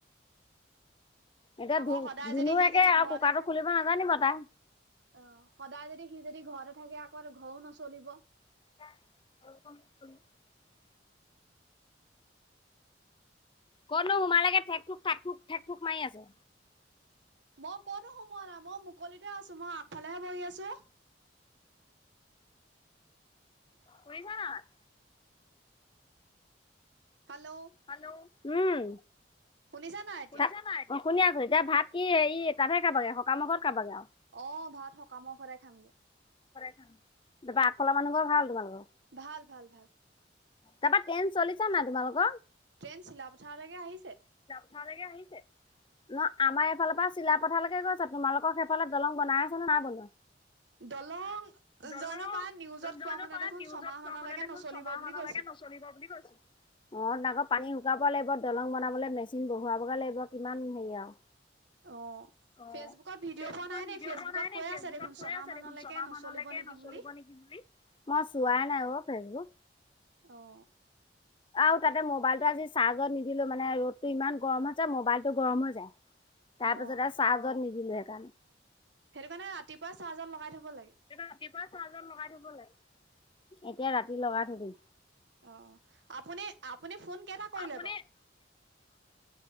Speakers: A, on the left (about 25°); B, on the right (about 75°).
A: এতিয়া
B: আকৌ
A: ধু
B: সদায়
A: ধুনু
B: যদি সি
A: একে
B: যদি
A: আৰু
B: ঘৰতে
A: কুকাৰটো
B: থাক
A: খুলিব নাজানিব তাই
B: অ, সদায় যদি সি যদি ঘৰতে থাকে, আকৌ ঘৰো নচলিব।
A: <unintelligible> ক'তনো সোমালাগে? ঠেক‌-থোক, থাক-থুক, থেকে-থোক মাৰি আছে।
B: মই কতো সোমোৱা নাই। মই মুকলিতে আছো। মই আগফালেহে বহি আছো। <inaudible>
A: কৰিছা নাই?
B: হেল্ল'
A: হেল্ল' উম।
B: শুনিছা নাই এতিয়া?
A: শুনিছনে নাই এতিয়া? শুনি আছো। এতিয়া ভাত কি এই তাতহে খাবাগে সকাম ঘৰত। খাবাগে আৰু
B: অ, ভাত সকামৰ ঘৰতে খামগে।
A: তাৰপা আগফালৰ মানুহ ঘৰ ভাল তোমালোকৰ?
B: ভাল, ভাল, ভাল।
A: তাৰাপা ট্ৰেইন চলিছে নাই তোমালোকৰ?
B: ট্ৰেইন চিলাপথাৰলৈকে আহিছে।
A: তা লেকে আহিছে। না আমাৰ এইফালৰ পৰা চিলা পথাৰলৈকে গৈছে। তোমালোকৰ সেইফালে দলং বনাই আছে নে নাই বনোৱা?
B: দলং
A: দলং
B: জানো পাই নিউজত
A: জানো
B: কোৱা মতে
A: পাই
B: দেখোন
A: নিউজত
B: ছমাহ
A: পোৱা
B: মান
A: মতে
B: লৈকৈ
A: দেখোন
B: নচলিব
A: ছমাহ
B: বুলি
A: মানলৈকে
B: কৈছে।
A: নচলিব বুলি কৈছে। অ আকৌ পানী শুকাব লাগিব দলং বনাবলৈ মেচিন বহুৱাবগে লাগিব কিমান হেৰি আৰু
B: অ
A: অ
B: ফেচবুকত ভিডিঅ'
A: ফেচবুকত
B: পোৱা নাই
A: ভিডিঅ'
B: নে ফেচবুকত
A: পোৱা নাই নি?
B: কৈ
A: ফেচবুকত
B: আছে দেখোন
A: কৈ
B: ছমাহ
A: আছে
B: মানলৈকে
A: দেখোন ছমাহ
B: নচলিব
A: মানলৈকে
B: নেকি
A: নচলিব
B: বুলি। <inaudible>
A: নেকি বুলি। মই চোৱাই নাই অ ফেচবুক
B: অ'।
A: আৰু তাতে মোবাইলতটো আজি চাৰ্জত নিদিলো মানে ৰ'দতটো ইমান গৰম হৈছে মোবাইলতটো গৰম হৈ যায়। তাৰ
B: অ',
A: পিছত আৰু চাজত নিদিলো সেইকাৰণে
B: সেইটো কাৰণে ৰাতিপুৱা চাহজত লগাই থব লাগে।
A: ৰাতিপুৱা চাহ্জত লগাই থব লাগে এতিয়া ৰাতি লগাই থৈ দিম।
B: অ আপুনি আপুনি ফোন কেইটা কৰিলে
A: আপুনি
B: ব